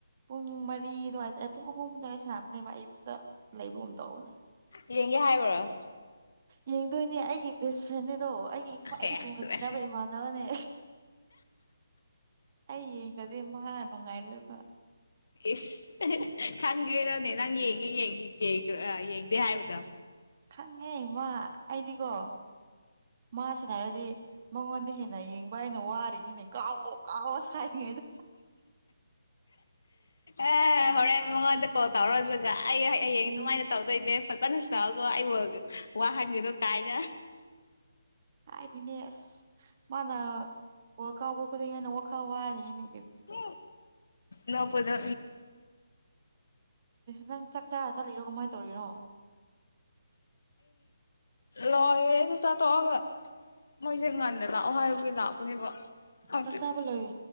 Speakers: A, on the right; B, on the left.
A: ꯄꯨꯡ ꯃꯔꯤ ꯑꯗꯨꯋꯥꯏꯗ ꯄꯨꯡ ꯑꯍꯨꯝ ꯑꯗꯨꯋꯥꯏꯗ ꯁꯥꯟꯅꯕꯅꯦꯕ ꯑꯌꯨꯛꯇ ꯂꯩꯕꯒꯨꯝ ꯇꯧꯕꯅꯦ
B: ꯇꯤꯔꯦꯡꯒꯦ ꯍꯥꯏꯕ꯭ꯔꯣ
A: ꯌꯦꯡꯗꯣꯏꯅꯦ ꯑꯩꯒꯤ ꯕꯦꯁ ꯐ꯭ꯔꯦꯟꯗ ꯑꯗꯣ ꯑꯩꯒꯤ ꯈ꯭ꯋꯥꯏꯗꯒꯤ
B: ꯑꯦꯁ
A: ꯂꯨꯅ
B: ꯑꯁ
A: ꯇꯤꯟꯅꯕ ꯏꯃꯥꯟꯅꯕꯅꯦ ꯑꯩ ꯌꯦꯡꯒꯗꯤ ꯃꯍꯥꯛ ꯅꯨꯡꯉꯥꯏꯔꯣꯏꯕ
B: ꯏ ꯈꯪꯒꯦꯔꯣꯅꯦ ꯅꯪ ꯌꯦꯡꯉꯤ ꯌꯦꯡꯉ ꯌꯦꯡꯣ ꯌꯦꯡꯉ ꯄ ꯍꯥꯏꯕꯗ
A: ꯈꯪꯉꯦ ꯏꯃ ꯑꯩꯗꯤꯀꯣ ꯃꯥꯁꯅ ꯍꯥꯏꯔꯗꯤ ꯃꯉꯣꯟꯗ ꯍꯦꯟꯅ ꯌꯦꯡꯕ ꯍꯥꯏꯅ ꯋꯥꯔꯤ ꯀꯥꯎꯣ ꯀꯥꯎꯣ ꯁꯗ
B: ꯑꯦ ꯍꯣꯔꯦꯟ ꯃꯉꯣꯟꯗ ꯀꯣꯜ ꯇꯧꯔꯣ ꯑꯗꯨꯒ ꯑꯩ ꯍꯌꯦꯡ
A: ꯎꯝ
B: ꯑꯗꯨꯃꯥꯏꯅ ꯇꯧꯗꯣꯏꯅꯦ ꯐꯖ ꯀꯩꯅ ꯆꯗꯣ ꯑꯩꯕꯨ ꯋꯥꯍꯟꯒꯦꯗꯣ ꯀꯥꯏꯅ
A: ꯍꯥꯏꯗꯤꯅꯦ ꯑꯁ ꯃꯥꯅ ꯕ ꯀꯥꯎꯕ ꯈꯨꯗꯤꯡ ꯍꯥꯏꯅ ꯋꯥꯈꯜ ꯋꯥꯔꯦꯅꯦ
B: ꯎ ꯅꯄꯗꯦ
A: ꯅꯪ ꯆꯥꯛ ꯆꯥꯔ ꯆꯠꯂꯤꯔꯣ ꯀꯃꯥꯏꯅ ꯇꯧꯔꯤꯅꯣ
B: ꯂꯣꯏꯔꯦ ꯑ ꯅ ꯆꯥꯊꯣꯛꯑꯒ ꯃꯣꯏꯁꯦ ꯉꯥꯟꯗ ꯂꯥꯛꯑꯣ ꯍꯥꯏꯕꯒꯤ ꯂꯥꯛꯄꯅꯦꯕ ꯑꯗꯨ
A: ꯆꯥꯛ ꯆꯕ ꯂ